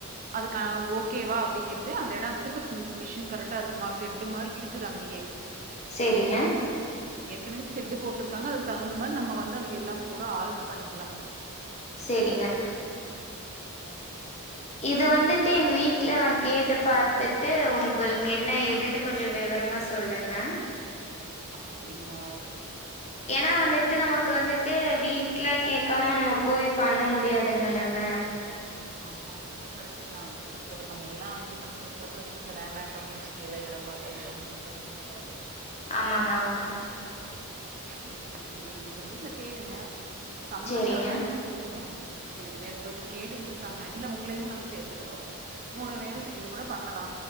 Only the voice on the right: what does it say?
அதுகா ஓகேவா அப்டிங்கிறது அந்த எடத்துக்கு ம் மிஷின் கரெக்டா இருக்குமாச் செட்டு மாரி இருக்குது அங்கயே
ஏற்கனவே செட்டு போட்ருக்காங்க அதுக்கு தகுந்த மாரி நம்ம வந்து அத எல்லாம் பூரா ஆல்ட்ரு பண்ணிக்லா
அப்டிங்ளா!
ஆமா
ஆஹ அது கரெக்ட் தா வீட்ல அப்றோ நம்ம எல்லா இது பண்ணதுக்கு அப்றோ வீட்ல வேண்டான்டாங்கனு வச் எல்லா எடம் பாத்து எல்லா முடி பண்ணதுக்கு அப்பறோ
ம் செரி உங்க வீட்ல கேளுங்க சம்மதிச்சாங்கன்னா
நீங்க சொல்லுங்க எனக்கு வேற ஒருத்தரு கேட்டுக்கிட்டுருக் காங்க இல்ல உங்ளையு நாங்க சேத்துக்கிறோ மூணு வேரு சேந்து கூட பண்ணலா